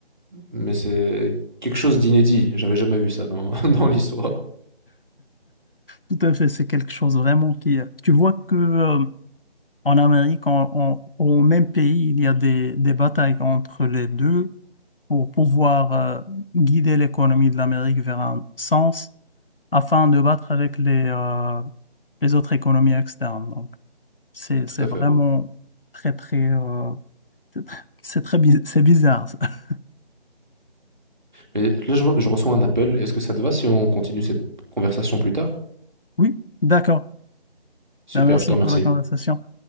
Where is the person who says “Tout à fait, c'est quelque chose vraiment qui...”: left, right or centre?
Left